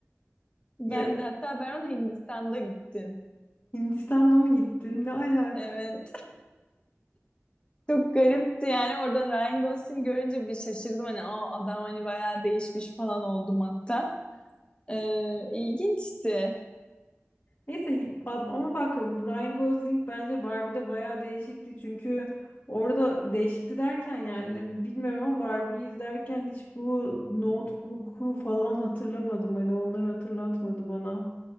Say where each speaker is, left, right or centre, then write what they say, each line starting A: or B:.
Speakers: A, on the left; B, on the left.
A: Ben
B: Ya
A: de hatta ben onu Hindistan'da gittim.
B: Hindistan'da mı gittin? Ne alaka?
A: Evet. Çok garipti yani orada Ryan Gosling görünce bir şaşırdım hani o adam hani bayağı değişmiş falan oldum hatta. Ee, ilginçti.
B: Neyse ba- ama bak Ryan Gosling bence Barbie'de bayağı değişikti. Çünkü orada değişikti derken yani bilmem ama Barbie'yi izlerken hiç bu Notebook'u falan hatırlamadım. Hani onları hatırlatmadı bana.